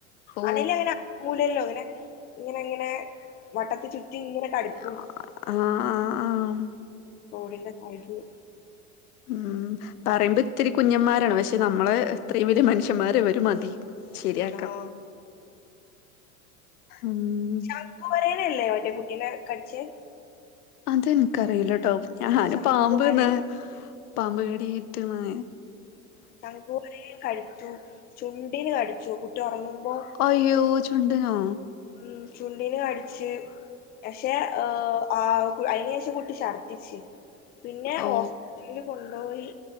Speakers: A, on the left (about 85°); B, on the left (about 25°).
A: ഓ
B: അണെലി അങ്ങന സ്കൂളില്ലോ ഇങ്ങനെ ഇങ്ങനെ ഇങ്ങനെ വട്ടത്തീ ചുറ്റി ഇങ്ങനെ കടുക്കും
A: ആഹ് ആഹ് ആഹ്
B: റോഡിന്റെ അരു
A: ഉം പറയുമ്പത്തിരി കുഞ്ഞന്മാരാണ് പഷേ നമ്മളെ ഇത്രയും വലിയ മനുഷ്യന്മാരിവര് മതി. ശരിയാക്കാം
B: ആഹ്
A: ഉം.
B: ശങ്കുവരയനല്ലേ മറ്റേ കുട്ടീനേ കടിച്ച്
A: അത് ൻക്കറിയില്ലട്ടോ ഞാന്
B: ശംഖുവരേ
A: പാമ്പ്ന്ന് പാമ്പ്കടിയേറ്റ്ന്ന്.
B: ചങ്കോരിന് കടിച്ചു ചുണ്ടീന് കടിച്ചു കുട്ടി ഒറങ്ങുമ്പോ
A: അയ്യോ ചുണ്ടിനോ
B: ഉം ചുണ്ടിന് കടിച്ച് പക്ഷേ ആ അയിന് ശേഷം കുട്ടി ശർദിച്ച് പിന്നെ
A: ഓ
B: ഹോസ് പിന്ന കൊണ്ടോയി